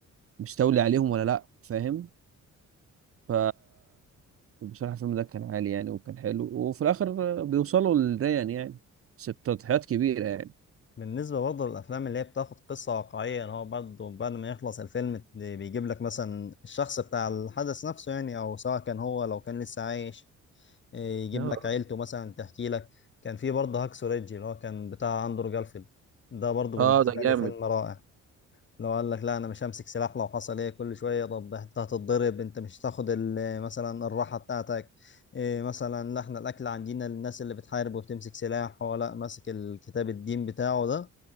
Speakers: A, on the right; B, on the left.
A: مش تولي عليهم ولا لا فاهم ف بصراحة الفيلم ده كان عالي يعني وكان حلو وفي الآخر بيوصلوا للريان يعني بس بتضحيات كبيرة يعني
B: بالنسبه برضه للافلام اللي هي بتاخد قصه واقعيه اللي هو برضه بعد ما يخلص الفيلم اللي بيجيب لك مثلا الشخص بتاع الحدث نفسه يعني او سواء كان هو لو كان لسه عايش إيه، يجيب
A: اه
B: لك عيلته مثلا تحكي لك كان في برضه هاكسو ريدج اللي هو كان بتاع اندرو جارفيلد ده برضه
A: آه،
B: بالنسبه
A: ده
B: لي
A: جامد
B: فيلم رائع لو قال لك لا انا مش همسك سلاح لو حصل ايه كل شويه طب انت هتتضرب انت مش هتاخد ال- مثلا الراحه بتاعتك إيه مثلا لا احنا الاكل عندنا للناس اللي بتحارب وبتمسك سلاح هو لا ماسك الكتاب الدين بتاعه ده